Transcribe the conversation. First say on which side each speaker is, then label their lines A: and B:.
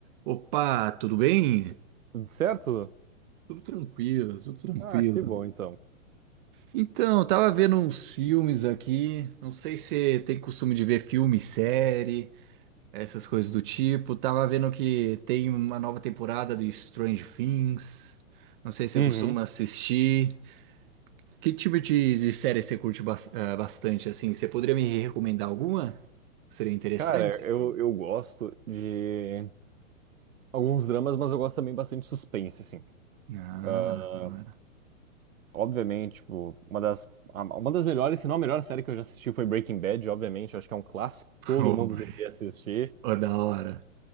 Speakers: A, on the right; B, on the right.
A: Opa, tudo bem?
B: Tudo certo?
A: Tudo tranquilo, tudo tranquilo.
B: Ah, que bom então.
A: Então, eu tava vendo uns filmes aqui. Não sei se você tem costume de ver filme, série, essas coisas do tipo. Tava vendo que tem uma nova temporada de Strange Things. Não sei se
B: Uhum.
A: você costuma assistir. Que tipo de, de série você curte bas- ah, bastante, assim? Você poderia me recomendar alguma? Seria interessante?
B: Cara, eu, eu gosto de alguns dramas, mas eu gosto também bastante de suspense, assim.
A: Ah,
B: Ah,
A: da hora.
B: obviamente, tipo, uma das, a- uma das melhores, se não a melhor série que eu já assisti foi Breaking Bad, obviamente. Eu acho que é um clássico,
A: <laughs>
B: todo mundo deveria assistir.
A: Ô, da hora.